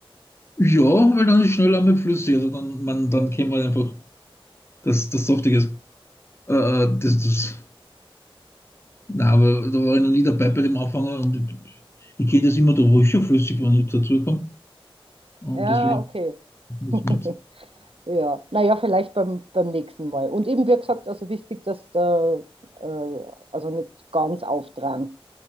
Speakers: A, on the left (about 25°); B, on the right (about 75°).
A: Ja, weil dann ist schneller mit flüssig. Also dann, man, dann kennt man einfach das, das Saftige. Äh, äh, das, das, nein, aber da war ich noch nie dabei bei dem Anfänger und ich, ich kenne das immer, da war ich schon flüssig, wenn ich dazu kam. Und
B: Ja,
A: deswegen
B: okay.
A: muss
B: <laughs>
A: mit.
B: Ja, naja, vielleicht beim, beim nächsten Mal. Und eben, wie gesagt, also wichtig, dass da, äh, also nicht ganz auftragen.